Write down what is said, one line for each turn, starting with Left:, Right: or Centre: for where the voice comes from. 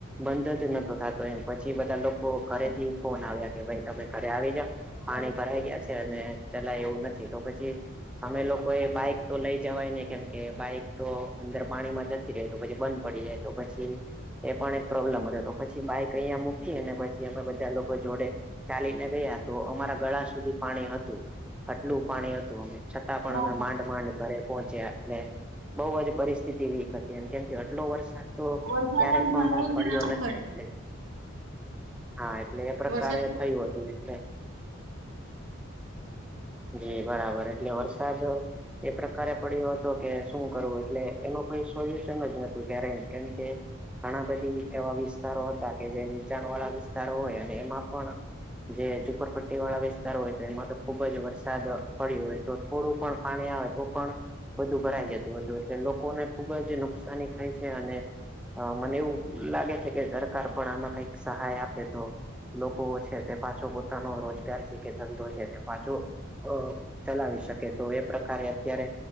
Centre: બંધ જ નતો થતો એમ પછી બધા લોકો ઘરેથી ફોન આવ્યા કે ભાઈ તમે ઘરે આવી જા પાણી ભરાઈ ગયા છે અને ચલાય એવું નથી તો પછી, અમે લોકો એ બાઈક તો લઈ જવાય ને કેમ કે બાઈક તો અંદર પાણીમાં જ તે તો પછી બંધ પડી જાય તો પછી એ પણ એક પ્રોબ્લેમ હતો તો પછી બાઈક અહીંયા મૂકી અને પછી અમે બધા લોકો જોડે ચાલીને ગયા તો અમારા ગળા સુધી પાણી હતું અટલું પાણી હતું અમે. છતાં પણ
Right: ઓહો
Centre: અમે માંડ માંડ ઘરે. પહોચ્યા એટલે બઉુ જ પરિસ્થિતિ વીક હતી એમ કેમ આટલો વરસાદ. તો
Right: વરસાદ
Centre: ક્યારે
Right: આમ સારો
Centre: પણ
Right: ને
Centre: પડ્યો
Right: આમ
Centre: નથી
Right: કરે
Centre: એટલે. હા એટલે એ પ્રકારે
Right: વરસાદ
Centre: થયું હતું એટલે જી બરાબર એટલે વરસાદ એ પ્રકારે પડ્યો હતો કે શું કરવું એટલે એનો કોઈ સોલ્યુશન જ નતું ક્યારેય કેમકે ઘણા બધી એવા વિસ્તારો હતા કે જે નીચાણ વાળા વિસ્તારો હોય અને એમાં પણ જે ઝુપરપટ્ટી વાળા વિસ્તારો હોય તો એમાં તો ખુબ જ વરસાદ પડી્યો હોય તો થોડું પણ પાણી આવે તો પણ બધું ભરાઈ જતું હતું એટલે લોકોને ખુબ જ નુકસાની થાય છે અને અ મને એવું લાગે છે કે સરકાર પણ આમાં કઈક સહાય આપે તો લોકો છે. તે પાછો પોતાનો રોજગાર છે કે ધંધો છે તે પાછો અ ચલાવી શકે તો એ પ્રકારે અત્યારે